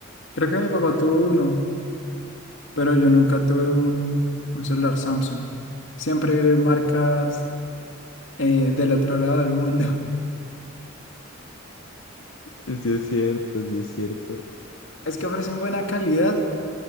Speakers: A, on the left; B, on the left.
A: Creo que mi papá tuvo uno, pero yo nunca tuve un, un celular Samsung. Siempre marcas eh, del otro lado del mundo. <laughs>
B: sí es cierto, sí es cierto.
A: Es que ofrecen buena calidad